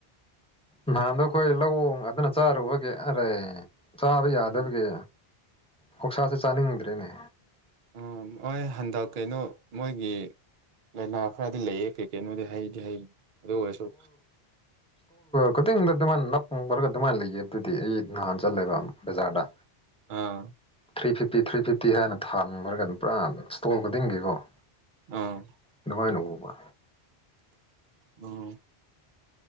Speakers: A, in the centre; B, on the right.
A: ꯅꯍꯥꯟꯗꯣ ꯑꯩꯈꯣꯏ ꯂꯧꯋꯣꯡ ꯑꯗꯨꯅ ꯆꯥꯔꯨꯕꯒꯤ ꯑꯔꯩ ꯆꯥꯕ ꯌꯥꯗꯕꯒꯤ
B: ꯎꯝ
A: ꯀꯧꯁꯥꯁꯦ ꯆꯥꯅꯤꯡꯗ꯭ꯔꯦꯅꯦ
B: ꯎ ꯍꯣꯏ ꯍꯟꯗꯛ ꯀꯩꯅꯣ ꯃꯣꯏꯒꯤ ꯂꯥꯏꯅꯥ ꯈꯔꯗꯤ ꯂꯩꯌꯦ ꯀꯩ ꯀꯩꯅꯣꯗꯤ ꯍꯩꯗꯤ ꯍꯩꯅꯤ ꯑꯗꯨ ꯑꯣꯏꯔꯁꯨ
A: ꯈꯨꯇꯤꯡꯗ ꯑꯗꯨꯃꯥꯏꯅ ꯅꯞ ꯄꯔꯒ ꯑꯗꯨꯃꯥꯏꯅ ꯂꯩꯌꯦ ꯑꯗꯨꯗꯤ ꯑꯩ ꯅꯍꯥꯟ ꯆꯠꯂꯦꯕ ꯕꯖꯥꯔꯗ
B: ꯑꯥ
A: ꯊ꯭ꯔꯤ ꯐꯤꯐꯇꯤ ꯊ꯭ꯔꯤ ꯐꯤꯐꯇꯤ ꯍꯥꯏꯅ ꯊꯥꯃꯔꯒ ꯑꯗꯨꯝ ꯄꯨꯔꯥ ꯁ꯭ꯇꯣꯜ ꯈꯨꯗꯤꯡꯒꯤꯀꯣ
B: ꯑꯥ
A: ꯃꯥꯏꯅ ꯎꯕ
B: ꯎꯝ